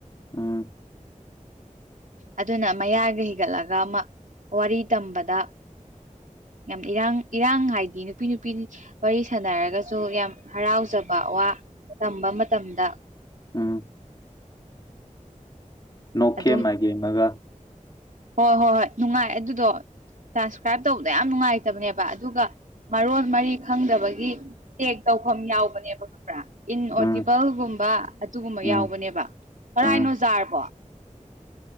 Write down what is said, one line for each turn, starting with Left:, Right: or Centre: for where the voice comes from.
Left: ꯎꯝ
Right: ꯑꯗꯨꯅ ꯃꯌꯥꯒ ꯍꯤꯒꯠꯂꯒ ꯑꯃ ꯋꯥꯔꯤ ꯇꯝꯕꯗ ꯌꯥꯝ ꯏꯔꯥꯡ ꯏꯔꯥꯡ ꯍꯥꯏꯗꯤ ꯅꯨꯄꯤ ꯅꯨꯄꯤ ꯋꯥꯔꯤ ꯁꯥꯟꯅꯔꯒꯁꯨ ꯌꯥꯝ ꯍꯔꯥꯎꯖꯕ ꯋꯥ ꯇꯝꯕ ꯃꯇꯝꯗ
Left: ꯎꯝ ꯅꯣꯛꯈꯦꯝ
Right: ꯑꯗꯨꯝ
Left: ꯍꯥꯏꯒꯦꯝꯃꯒ
Right: ꯍꯣꯏ ꯍꯣꯏ ꯍꯣꯏ ꯅꯨꯡꯉꯥꯏ ꯑꯗꯨꯗꯣ ꯇ꯭ꯔꯥꯟꯁꯀ꯭ꯔꯥꯏꯞ ꯇꯧꯕꯗ ꯌꯥꯝ ꯅꯨꯡꯉꯥꯏꯇꯕꯅꯦꯕ ꯑꯗꯨꯒ ꯃꯔꯣꯟ ꯃꯔꯤ ꯈꯪꯗꯕꯒꯤ ꯇꯦꯛ ꯇꯧꯐꯝ ꯌꯥꯎꯕꯅꯦꯕ ꯈꯪꯕ꯭ꯔꯥ ꯏꯟꯑꯣꯗꯤꯕꯜꯒꯨꯝꯕ
Left: ꯎꯝ
Right: ꯑꯗꯨꯒꯨꯝꯕ
Left: ꯎꯝ
Right: ꯌꯥꯎꯕꯅꯦꯕ ꯀꯔꯥꯏꯅꯣꯖꯥꯔꯔꯕꯣ
Left: ꯎꯝ